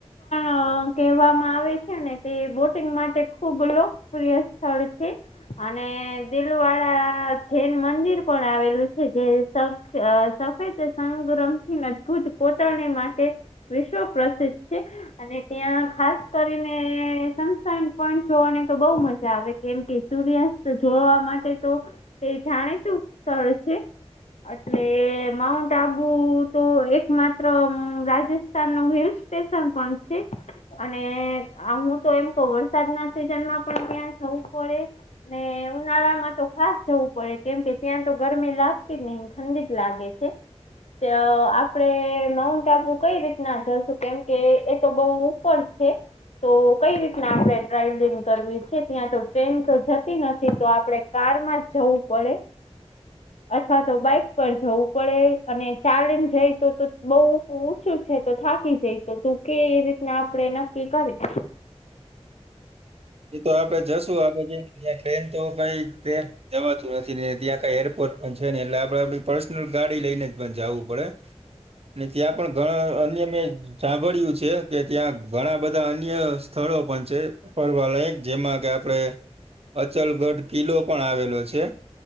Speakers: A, on the left (about 75°); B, on the right (about 60°).
A: અ કહેવામાં આવે છે ને તે બોટિંગ માટે ખુબ લોકપ્રિય સ્થળ છે. અને દિલવાળ જૈન મંદિર પણ આવેલું છે જે શક અ સફેદ સંગ્રમથી રંગ અદભૂત કોતર માટે તે વિશ્વ પ્રસિદ્ધ છે. અને ત્યાં ખાસ કરીને સંસન પણ જોવાની તો બહું મજા આવે. કેમ કે સૂર્યાસ્ત જોવા માટે તો તે જાણીતું સ્થળ છે. એટલે માઉન્ટ આબુ તો એક માત્ર રાજસ્થાન નું હિલ સ્ટેશન પણ છે. અને હું તો એમ કહું વરસાદ ના સિઝન માં પણ ત્યાં જવું પડે. ને ઉનાળા માં તો ખાસ જવું પડે કેમ કે ત્યાં તો ગરમી લાગતી જ નહી ઠંડી જ લાગે. કે આપડે નવું <unintelligible> કઈ રીતના જશુ કેમ કે એ તો બઉ ઉપર છે. તો કઈ રીતના આપણે ટ્રાવલિંગ કરવી છે ત્યાં તો ટ્રેન તો જતી નથી તો આપણે કારમાં જ જવું પડે. અથવા તો બાઈક પર જવું પડે અને ચલેન જાય તો તો બઉ બહુ ઊંચું છે તો થાકી જઈ તો તું કે એ રીતના આપણેે નક્કી કરી.
B: એ તો આપડે જશું આપડે ટ્રેન તો કઈ ટ્રેન જવાતું નથી ને ત્યાં કાઈ એરપોર્ટ પણ છે ને એટલે આપણે આપણી પર્સનલ ગાડી લઈને જ પણ જું પડે. ને ત્યાં પણ ઘણા અન્ય મેં સાંભળિયું છે કે ત્યાં ઘણા બધા અન્ય સ્થળો પણ છે. ફરવાલાયક જેમાં કે આપડે અચલગઢ કિલ્લો પણ આવેલો છે.